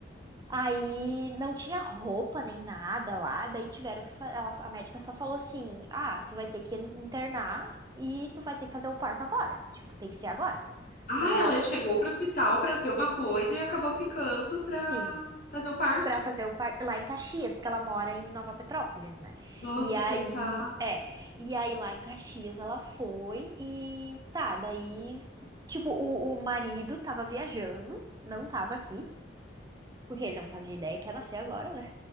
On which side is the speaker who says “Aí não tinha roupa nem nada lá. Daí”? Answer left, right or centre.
Right